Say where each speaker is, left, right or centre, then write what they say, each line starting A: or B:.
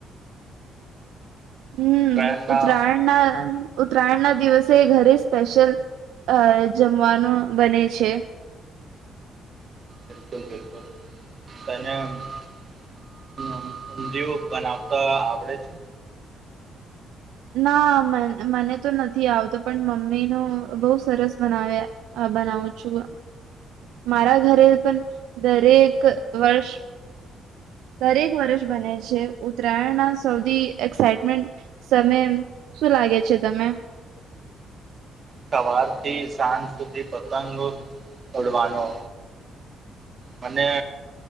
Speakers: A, on the right (about 80°); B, on the right (about 40°).
A: હમ્મ,
B: ઉત્તરાયણના
A: ઉત્તરાયણના ઉત્તરાયણ ના દિવસે ઘરે સ્પેશિયલ અ જમવાનું બને છે.
B: એકદમ બિલકુલ. તને ઊંધિયું બનાવતા આવડે છે?
A: ના મને તો નથી આવતો, પણ મમ્મી ન બહુ સરસ બનાવ્યા. બનાવું છું, મારા ઘરે પણ દરેક વર્ષ. દરેક વર્ષ બને છે, ઉત્તરાયણ ના સૌથી એક્સાઈટમેન્ટ સમય શું લાગે છે તમે?
B: સવાર થી સાંજ સુધી પતંગ મને